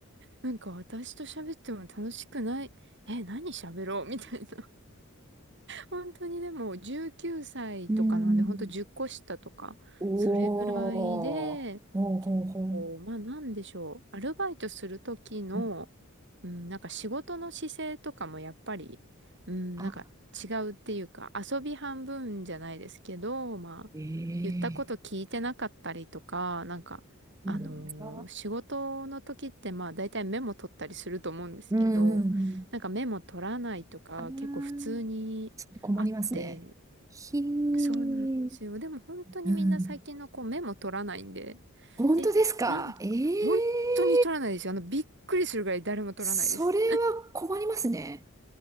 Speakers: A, on the right; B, on the right.
A: なんか私と喋っても楽しくない。え、何喋ろうみたいな。本当にでも19歳とかなんで、
B: うん。
A: 本当10個下とか、
B: おー。
A: それぐらいで、
B: ほうほうほう。
A: 結構、まあなんでしょう、アルバイトする時の、
B: うん
A: うん、なんか仕事の姿勢とかもやっぱり、うん、なんか違うっていうか、
B: あ、
A: 遊び半分じゃないですけど、まあ、
B: ええ
A: 言ったこと聞いてなかったりとか、なんか、
B: そうなんですか。
A: あのー仕事の時ってまあ大体メモ取ったりすると思うんですけど、
B: うん、うん、うん。
A: なんかメモ取らないとか結構普通にあって、
B: ああ、ちょっと困りますね。ひー。
A: そうなんですよ。でも本当にみんな最近の子メモ取らないんで、
B: うん本当ですかええー
A: え、なんか、本当に取らないですよ。あの、びっくりするぐらい誰も取らないです。
B: それは困りますね。